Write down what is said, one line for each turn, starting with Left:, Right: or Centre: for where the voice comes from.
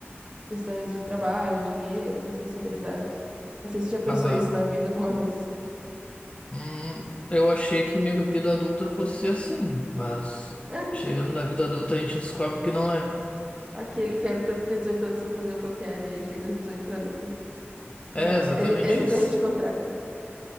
Right: Questões de trabalho, dinheiro, responsabilidade. Não sei se você já pensou
Left: Aham.
Right: isso na vida alguma vez.
Left: Hum, eu achei que minha vida adulta fosse ser assim, né? Mas
Right: <laughs>
Left: chegando na vida adulta a gente descobre que não é.
Right: Aquele quero tanto ter 18 anos pra fazer o que eu quero, e aí chega aos 18 anos, assim.
Left: É
Right: Não,
Left: exatamente
Right: é li- é exatamente
Left: isso.
Right: o contrário.